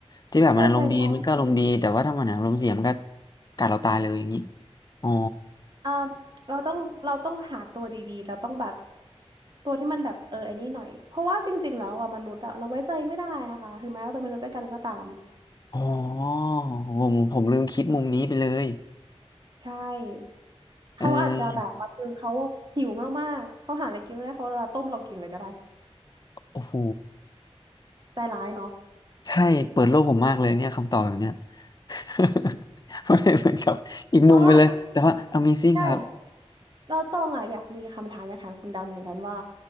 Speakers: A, on the left; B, on the right.
A: ที่แบบมันอารมณ์ดีมันก็อารมณ์ดีแต่ว่าถ้ามันอารมณ์เสียมันก็
B: ใช่ใช่ใช่
A: กัดเราตายเลยอย่างนี้อ๋อ
B: อ่าเราต้องเราต้องหาตัวดีๆเราต้องแบบตัวที่มันแบบเออไอ้นี่หน่อย เพราะว่าจริงๆแล้วว่ามนุษย์อะเราไว้ใจไม่ได้นะคะถึงแม้เราเป็นมนุษย์ด้วยกันก็ตาม
A: อ๋อผมผมลืมคิดมุมนี้ไปเลย
B: ใช่ เขาอาจจะแบบวันหนึ่งเขาหิวมากๆ
A: เออ
B: เขาหาอะไรกินไม่ได้เขาจะต้มเรากินเลยก็ได้
A: โอ้โห
B: ใจร้ายเนาะ
A: ใช่เปิดโลกผมมากเลยเนี่ยคำตอบแบบเนี้ย <laughs> มันเป็นเหมือนกับอีกมุมไปเลยแต่ว่า
B: อ๋อ
A: Amazing
B: ใช่
A: ครับ
B: แล้วตองอ่ะอยากมีคำถามอยากถามคุณดำเหมือนกันว่า